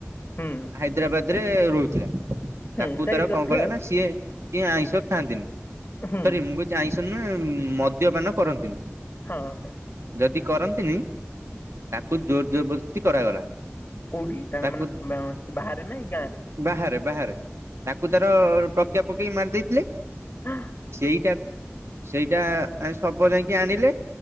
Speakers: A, on the left; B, on the right.
A: ହୁଁ
B: ହାଇଦ୍ରାବାଦରେ ରହୁଥିଲା।
A: ହୁଁ
B: ତାକୁ
A: ଚାକିରି
B: ତାର
A: କରିଥିଲା
B: କଣ କଲେ
A: ଆଉ
B: ନା ସିଏ ସିଏ ଆଇଁଷ ଖାଆନ୍ତିନି।
A: ହୁଁ
B: ସରି ମୁଁ କଛି ଆଇସ ନୁହେଁ ମଦ୍ୟପାନ କରନ୍ତିନି।
A: ହଁ
B: ଯଦି କରନ୍ତିନି ତାକୁ ଜୋର ଜବରଦସସ୍ତି କରାଗଲା।
A: କୋଉଠି ତାଙ୍କ
B: ତାକୁ
A: ମାନେ ମ୍ ବାହାରେ ନା ଏଇ ଗାଁ ରେ?
B: ବାହାରେ ବାହାରେ ତାକୁ ତାର ଟକିଆ ପକେଇ ମାରି ଦେଇଥିଲେ।
A: ଆଁ
B: ସେଇଟା ସେଇଟା ଆ ସବ ଯାଇକି ଆଣିଲେ